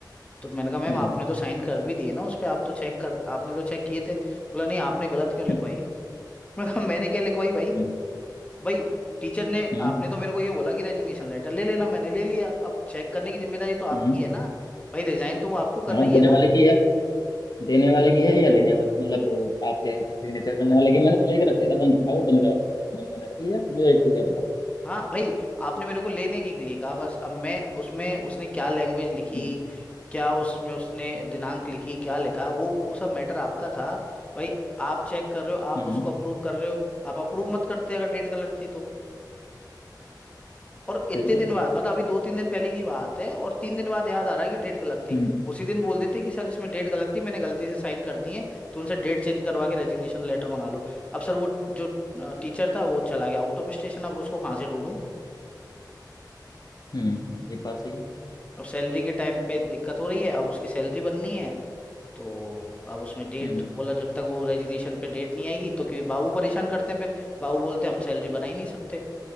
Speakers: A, on the left; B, on the left.
A: तो मैंने कहा मैम
B: हम्म
A: आपने तो साइन कर भी दिए ना उस पे आप तो चेक कर आपने तो चेक किए थे बोला नहीं आपने गलत क्यों लिखवाई
B: हम्म
A: मैंने कहा मैंने क्या लिखवाई भाई
B: हम्म
A: भाई टीचर ने
B: हम्म,
A: आपने तो मेरे को ये बोला कि रेजिग्नेशन लेटर ले लेना मैंने ले लिया अब चेक करने की जिम्मेदारी तो आपकी
B: हम्म।
A: है ना भाई रिजाइन तो वो आपको कर
B: हाँ
A: रही
B: देने
A: है ना
B: वाले की है देने वाले की है या लेने वाले मतलब वो आपके सिग्नेचर करने वाले की है? मैंने तो लेके रख लिया था बंद था वो बंद का बंद मैंने रख लिया मुझे भी क्या पता
A: हाँ भाई आपने मेरे को लेने के लिए कहा बस अब मैं उसमें उसने क्या लैंग्वेज लिखी
B: हम्म
A: क्या उसमें उसने दिनांक लिखी क्या लिखा वो वो सब मैटर आपका था भाई आप चेक कर रहे हो आप
B: हम्म
A: उसको अप्रूव कर रहे हो आप अप्रूव मत करते अगर डेट गलत थी तो और इतने
B: बिल्कुल
A: दिन बाद मतलब अभी दो तीन दिन पहले की बात है और तीन दिन बाद याद आ रहा है कि डेट गलत थी
B: हम्म,
A: उसी दिन बोल देते कि सर इसमें डेट गलत थी मैंने गलती से साइन कर दी है तो उनसे डेट चेंज करवा के रेजिग्नेशन लेटर मंगा लो अब सर वो जो टीचर था वो चला गया आउट ऑफ स्टेशन अब उसको कहाँ से ढूंढूं
B: हम्म ये बात सही है
A: अब सैलरी के टाइम पे दिक्कत हो रही है अब उसकी सैलरी बननी है तो अब उसमें डेट
B: हम्म
A: बोला जब तक वो रेजिग्नेशन पे डेट नहीं आएगी तो क्योंकि बाबू परेशान करते हैं फिर बाबू बोलते हैं हम सैलरी बना ही नहीं सकते